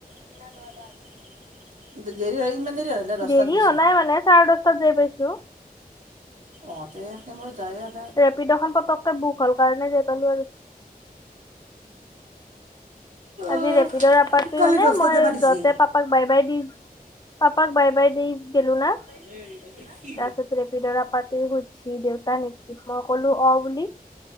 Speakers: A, on the right; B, on the left.
A: দে-দেৰি হয় ইমান দেৰি হয়? দে দহটাত
B: দেৰি
A: গৈছ
B: হোৱা নাই মানে চাৰে দহটাত যাই পাছোঁ।
A: অহ তে সেইখিনি মোৰ যায় আৰু
B: ৰেপিড খন পতকে বুক হ'ল কাৰণে যাই পালো আৰু। আজি
A: অঁ
B: ৰেপিডৰ আপাৰট
A: কালি
B: মানে
A: দহটাত
B: মই
A: যাবা দিছি
B: যতে পাপাক bye by the পাপাক bye by the গলো না।
A: নেই এতে কি?
B: তাৰপাছত ৰেপিডৰ আপা ঘুজছি দেউতা নেকি? মই কলো অ' বুলি।